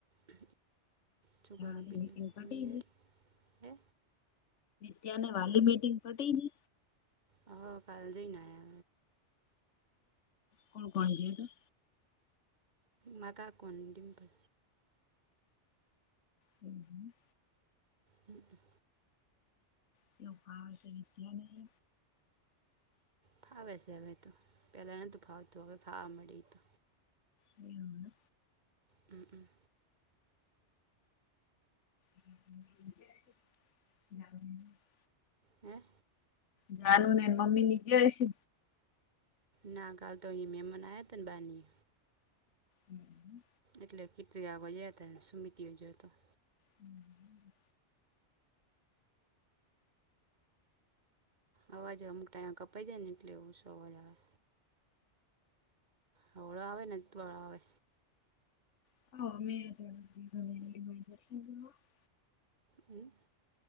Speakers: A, on the right; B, on the left.
A: એ છું કરરોો
B: વાલી
A: બીજ
B: મીટિંગ
A: તમે
B: પટી
A: રહેડી હે
B: ત્યાને વાલી મીટિંગ પટી
A: હા કાલ જઈ ને આયા.
B: કોણ કોણ જયા.
A: માગ આ કોણ ડિમપલ
B: હમ હમ.
A: હમ હમ.
B: ચ પાશે લીત્યાની
A: ફાવે છે હવે તો પેલા નતું ફાવતું હવે ખાવા મળી તો
B: હમ.
A: હમ હમ.
B: જ <unintelligible>
A: હે.
B: જાનું ને મમ્મી ની જે હ છે.
A: નાગ તોહી મેં મમાન આયા તન બની.
B: હમ.
A: એટલે કેટલી આવવાજયા હતા સુમતીયોજયો તો
B: હમ હમ.
A: અવાજે અમુક ટાઈઇમાં કપાઈ જાય ને એટલે એવું ઓસો અવાજ આવે. હળો આવે ને દળો આવે
B: હ અમેયા દશન
A: હમ.